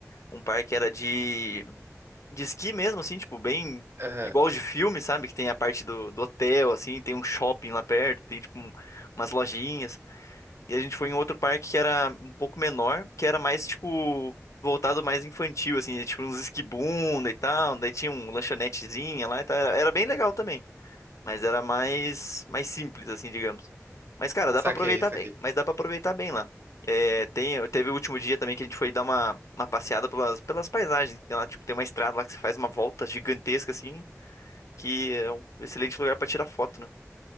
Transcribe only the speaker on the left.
Um parque era de de esqui mesmo, assim, tipo, bem
igual de filme, sabe? Que tem a parte do, do hotel, assim, tem um shopping lá perto, tem, tipo, um- umas lojinhas. E a gente foi em outro parque que era um pouco menor, que era mais, tipo, voltado mais infantil, assim, tipo, uns esquibunda e tal. Daí tinha um lanchonetezinha lá e tal. Era, era bem legal também. Mas era mais, mais simples, assim, digamos. Mas, cara, dá
pra aproveitar
bem. Mas dá pra aproveitar bem lá. É, tem, teve o último dia também que a gente foi dar uma, uma passeada pelas, pelas paisagens. Tem lá, tipo, tem uma estrada lá que você faz uma volta gigantesca, assim, que é um excelente lugar pra tirar foto, né?